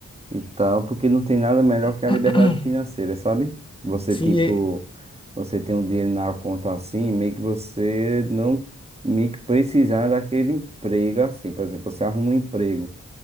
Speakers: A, on the right; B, on the left.
A: e tal, porque não tem nada melhor
B: <clears throat>
A: que a liberdade financeira, sabe? Você,
B: Sim,
A: tipo,
B: é-
A: você tem um dinheiro na conta assim, meio que você não meio que precisar daquele emprego assim. Por exemplo, você arruma um emprego